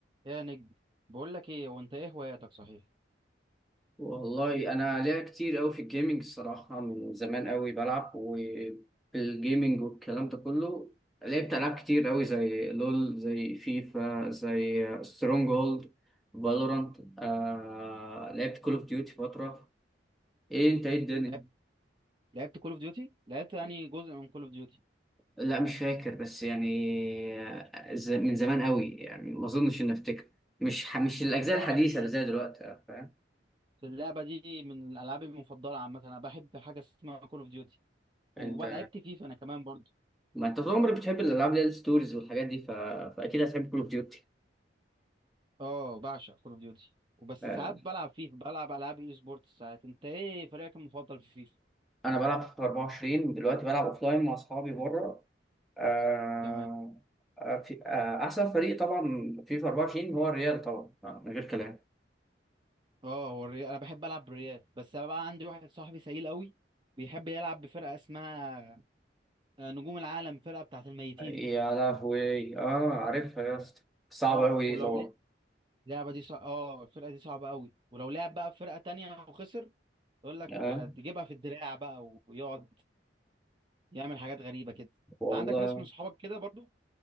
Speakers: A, on the right; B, in the centre.
A: يا نجم بقول لك ايه وانت ايه هواياتك صحيح
B: والله انا ليا كتير قوي في الجيمنج الصراحه من زمان قوي بلعب وفي الجيمنج والكلام ده كله لعبت العاب كتير قوي زي لول زي فيفا زي سترونج هولد فالورانت آه لعبت كول اوف ديوتي فتره ايه انت ايه الدنيا
A: لعبت لعبت كول اوف ديوتي لعبت يعني جزء من كول اوف ديوتي
B: لا مش فاكر بس يعني آه، ز- من زمان قوي يعني ما اظنش اني افتكر مش ح- مش الاجزاء
A: بس اللعبه
B: الحديثه
A: دي
B: اللي زي دلوقتي آه، فاهم
A: بس اللعبه دي من الالعاب المفضله عامه انا بحب حاجه اسمها كول اوف ديوتي ولعبت
B: انت
A: فيفا انا كمان برضه
B: ما انت طول عمرك بتحب الالعاب اللي هي الستوريز والحاجات دي ف... فاكيد هتحب كول اوف ديوتي
A: اه بعشق كول اوف ديوتي وبس
B: آه،
A: ساعات بلعب فيفا بلعب العاب اي سبورتس ساعات انت ايه فريقك المفضل في فيفا
B: انا بلعب في 24 دلوقتي بلعب اوفلاين مع اصحابي بره آه،
A: تمام
B: آه، في آه، احسن فريق طبعا في 24 هو الريال طبعا آه، من غير كلام
A: اه هو الريال انا بحب العب بالريال بس أنا بقى عندي واحد صاحبي سيل قوي بيحب يلعب بفرقه اسمها آه، نجوم العالم فرقه بتاعت الميتين
B: يا
A: دي
B: لهوي اه عارفها يا اسطى صعب
A: اه
B: قوي
A: ولو
B: دي طبعا
A: اللعبه دي صع... اه الفرقه دي صعبه قوي ولو لعب بقى في فرقه تانية وخسر يقول لك
B: اه
A: آه، تجيبها في الدراع بقى ويقعد يعمل حاجات غريبه كده
B: والله
A: انت عندك ناس من صحابك كده برضو